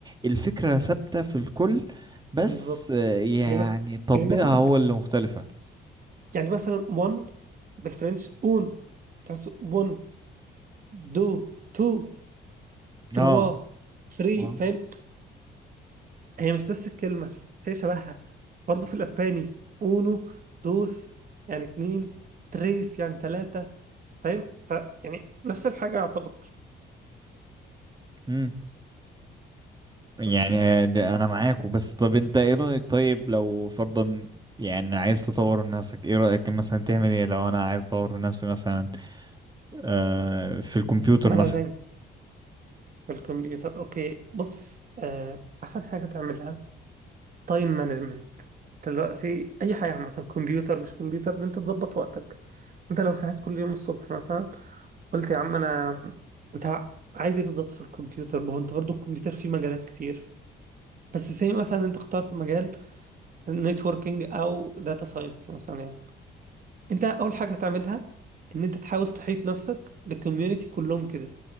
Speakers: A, on the right; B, on the right.
A: الفكرة ثابتة في الكل بس
B: بالظبط
A: يعني
B: هي بس
A: تطبيقها
B: كلمات مخ
A: هو اللي مختلفة
B: يعني مثلا one بالفرنش اون تحسه one دو تو تروا
A: اه
B: ثري
A: اه
B: فاهم هي مش نفس الكلمة بس هي شبهها برضه في الأسباني أونو دوس يعني اتنين تريس يعني تلاتة فاهم ف يعني نفس الحاجة يعتبر
A: امم يعني
B: بس
A: ده انا معاكوا بس طب انت ايه رأيك طيب لو فرضا يعني عايز تطور من نفسك ايه رأيك مثلا تعمل ايه لو انا عايز اطور من نفسي مثلا آه في الكمبيوتر
B: ما
A: مثلا
B: أنا زي في الكمبيوتر أوكي بص آه أحسن حاجة تعملها تايم مانجمنت دلوقتي أي حاجة عامة كمبيوتر مش كمبيوتر إن أنت تظبط وقتك أنت لو صحيت كل يوم الصبح مثلا قلت يا عم أنا أنت عايز إيه بالظبط في الكمبيوتر ما هو أنت برضه الكمبيوتر فيه مجالات كتير بس زي مثلا انت اخترت مجال نتوركينج او داتا ساينس مثلا يعني انت اول حاجه تعملها ان انت تحاول تحيط نفسك بالكوميونتي كلهم كده